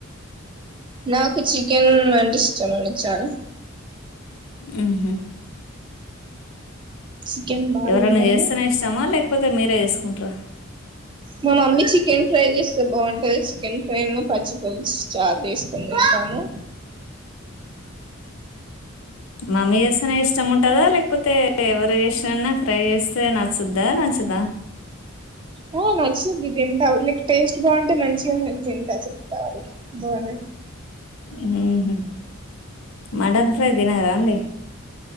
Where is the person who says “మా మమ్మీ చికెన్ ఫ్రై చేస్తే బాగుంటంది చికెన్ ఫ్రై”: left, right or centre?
Right